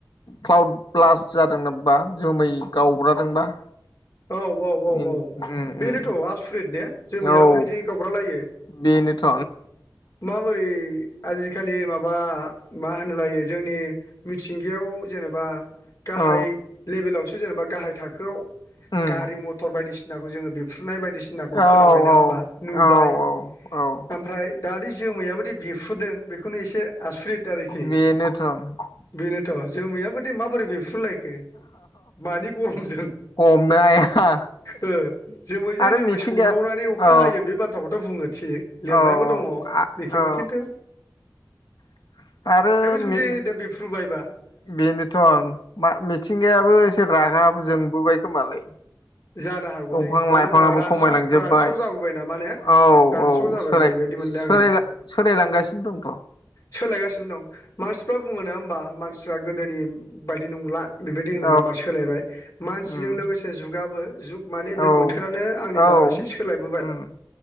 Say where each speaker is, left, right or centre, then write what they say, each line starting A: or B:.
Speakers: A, on the left (about 70°); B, on the left (about 50°).
A: क्लाउड ब्लास्ट जादों नोबा जोमै गावब्रादोंबा।
B: औ औ औ
A: उम उम
B: औ।
A: उम
B: बेनोथ' आसुरित ने जोमायाबो
A: औ
B: बिदि गावब्रा लायो।
A: बेनोथ'
B: माबोरै आजिखालि माबा मा होनो लायो जोंनि मिथिंगायाव जेनेबा गाहाय
A: औ
B: लेभेलाव सो जेनेबा गाहाय थाखोआव
A: उम
B: गारि मथर बायदिसिनाखौ जोंङो बे फफ्रुनाय बायदिसिनाखौ
A: औ
B: खोनाबाय नङा
A: औ
B: होमबा नुबाय
A: औ औ औ
B: ओमफ्राय दानि जोमैयाबोदि बिरफ्रुदों बेखौनो एसे आसुरिद आरोखि।
A: बेनोथ' उम
B: बेनोथ' जोमैयाबो दे माबोरै बेरफ्रुलायखो मानि गरमजों
A: <unintelligible>
B: ओ जोमैजों
A: आरो
B: जोमै
A: मिथिंगाया
B: सौग्रावनानै अखा
A: औ
B: हायो बे बाथ्राखौथ' बुङो थिग लिरनायबो
A: औ
B: दङ।
A: आ-
B: बेखेवो
A: औ
B: खिनथु
A: <inaudible> आरो
B: जुदि
A: मे
B: दा बेफ्रुबायबा
A: बेनोथ' मिथिंगायाबो एसे रागाबो जोंबोबायखोमालै।
B: जानो हागौलै
A: दंफां
B: मानो
A: लाइफाङाबो
B: होनबा रानस्राव
A: खमायलांजोबबाय
B: रानस्राव जाबोबाय नामा ने
A: औ
B: रानस्राव
A: औ
B: जाबोबाय
A: सोलाय
B: बायदि मोनदों
A: सोलायलां
B: आङो
A: सोलायलांगासिनो दं थ'।
B: सोलायगासिनो दं मानसिफ्रा बुङो नङा होमबा मानसिफ्रा गोदोनि बायदि नंला बेबायदि
A: औ
B: होनो नामा सोलायबाय मानसिजों
A: उम
B: लोगोसे जुगाबो जुगगाबो जुग माने
A: औ
B: बे बोथोरानो आंनिबा
A: औ
B: एसे सोलायबोबाय।
A: उम